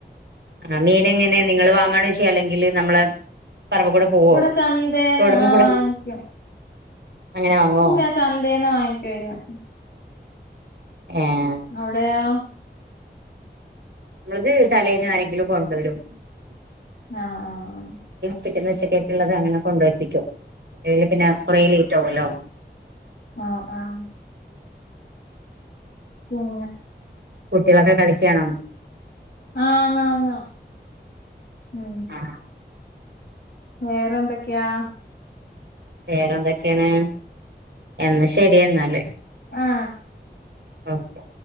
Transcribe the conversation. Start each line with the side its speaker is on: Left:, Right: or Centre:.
Right: ആ മീന എങ്ങനെ നിങ്ങള് വാങ്ങണ ചെയ്യ അല്ലെങ്കിൽ നമ്മളെ പറമ്പ കൂടെ പോവോ
Left: ഇവിടെ ചന്തേന്ന്
Right: ടുമ്പ
Left: ആഹ്
Right: കൂടെ
Left: വാങ്ങിക്കും
Right: അങ്ങനെ വാങ്ങോ
Left: ഇല്ല ചന്തേന്ന് വാങ്ങിക്കുന്ന്
Right: ഏഹ്
Left: അവിടെയാ
Right: നമ്മത് തലേൽന്ന് ആരെങ്കിലും കൊണ്ടുവരും
Left: ആഹ ആഹ ആഹ
Right: പിറ്റ ദശക്കൊക്ക ഉള്ളത് അങ്ങനെ കൊണ്ടുവെപ്പക്കും അല്ലെ പിന്നെ കുറെേ ലേറ്റ് ആവൊല്ലോ
Left: ആഹ ആഹ ഉം
Right: കുട്ടികളൊക്കെ കളിക്കണോ
Left: ആഹ് ആ ആ ഉ
Right: ആ
Left: വേറെന്തൊക്കെയാ
Right: വേറെന്തൊക്കെയാണ് എന്ന ശരി എന്ന എന്നല്
Left: ആ
Right: അക്കെ